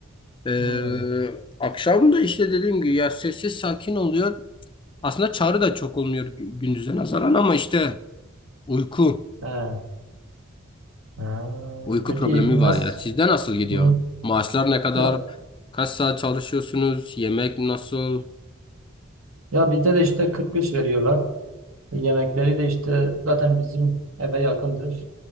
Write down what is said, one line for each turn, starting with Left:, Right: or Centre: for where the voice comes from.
Left: Eee
Right: Hmm.
Left: akşam da işte dediğim gibi ya sessiz sakin oluyor. Aslında çağrı da çok olmuyor gü- gündüze nazaran ama işte uyku.
Right: Ha, ha.
Left: Uyku
Right: Peki
Left: problemi var
Right: nasıl?
Left: ya. Sizde nasıl gidiyor?
Right: Hmm,
Left: Maaşlar ne kadar?
Right: Ya,
Left: Kaç saat çalışıyorsunuz? Yemek nasıl?
Right: ya bizde de işte 45 veriyorlar. E, Yemekleri de işte zaten bizim eve yakındır.